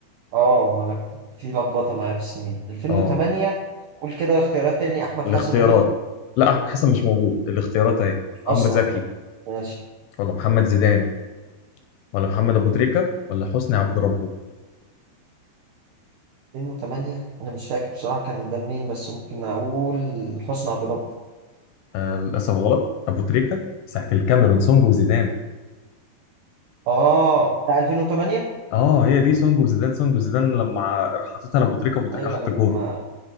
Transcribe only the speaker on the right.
اه ما انا في لخبطة معايا في السنين 2008
قول كده الاختيارات تاني احمد
حسن ومين
اصلا
ماشي
2008 انا مش فاكر بصراحه كان قدام مين بس ممكن اقول حسني عبد الرب
اه بتاع 2008
ايوه
لما